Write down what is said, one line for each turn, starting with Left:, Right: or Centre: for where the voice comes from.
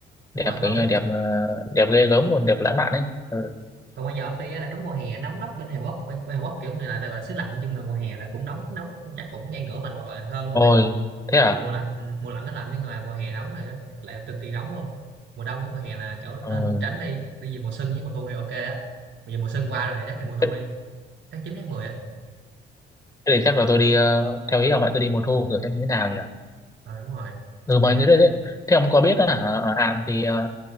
Right: đúng
Left: đẹp
Right: rồi còn
Left: kiểu như
Right: nếu
Left: là đẹp ờ, đẹp ghê gớm luôn đẹp lãng
Right: ừ.
Left: mạn ấy ừ.
Right: còn bây giờ ông đi á là trúng mùa hè nóng lắm bên Hàn Quốc bên, bên Hàn Quốc kiểu này là gọi là xứ lạnh nhưng mà mùa hè là cũng nóng nóng chắc cũng ngang ngửa mình hoặc là hơn luôn
Left: ôi
Right: ấy
Left: thế
Right: mặc
Left: à
Right: dù mùa lạnh ừ, mùa lạnh nó lạnh nhưng mà mùa hè nóng này nó lại cực kỳ nóng luôn mùa đông với mùa hè là kiểu nên
Left: ừ.
Right: tránh đi đi về mùa xuân với mùa thu thì ok á bây giờ mùa xuân qua rồi thì chắc đi mùa thu
Left: thế
Right: đi tháng chín tháng mười á
Left: thế thì chắc là tôi đi ờ, theo ý ông lại tôi đi mùa thu thử xem như thế nào nhỉ
Right: ờ đúng rồi
Left: ừ mà
Right: nghe
Left: như thế thế, thế ông có biết là ở ở Hàn thì ờ,